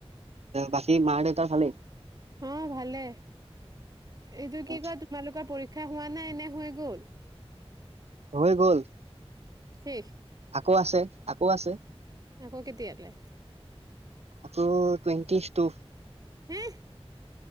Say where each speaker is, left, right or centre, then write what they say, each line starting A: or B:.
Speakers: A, on the right; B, on the right.
A: বাকী মা দেউতাৰ ভালেই?
B: উম, ভালে এইটো
A: অ
B: কি কয় তোমালোকৰ পৰী ক্ষা হোৱা নাই নে হৈ গ'ল?
A: হৈ গ'ল,
B: শেষ
A: আকৌ আছে। আকৌ আছে।
B: আক' কেতিয়ালে?
A: আকৌ টুৱেণ্টি টু।
B: হেহ।